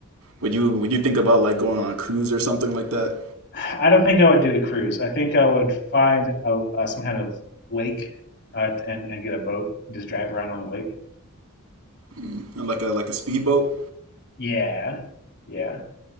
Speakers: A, on the right; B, on the left.
A: Would you? Would you think about like going on a cruise or something like that?
B: I don't think I would do a cruise. I think I would find a, uh, some kind of lake uh, and and get a boat and just drive around on the lake.
A: Mm. And like a like a speedboat.
B: Yeah, yeah.